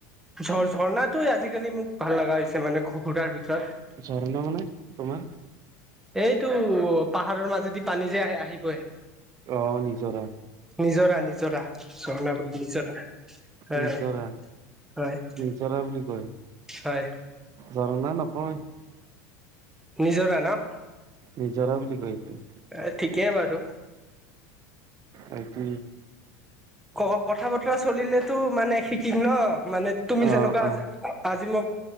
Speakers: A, in the centre; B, on the right (about 40°).
A: ঝ ঝৰ্ণাটোৱে আজিকালি মোক ভাল লগা হৈছে মানে ঘুকুৰাৰ ভিতৰত
B: ঝৰনা মানে তোমা
A: এইটো পাহাৰৰ মাজেদি পানী যে আহে আহিগৈ
B: অ নিজৰা
A: নিজৰা নিজৰা ঝৰ্না নিজৰা হয়
B: নিজৰা
A: হয়
B: নিজৰা বুলি কয়
A: হয়
B: জৰণা নহয়
A: নিজৰা ন
B: নিজৰা বুলি কৈ তো
A: এ ঠিকেই বাৰু
B: আই পি
A: ক কথা বতৰা চলিলেতো মানে শিকিম ন মানে তুমি
B: অ
A: যেনেকুৱা
B: অ
A: যা আজি মোক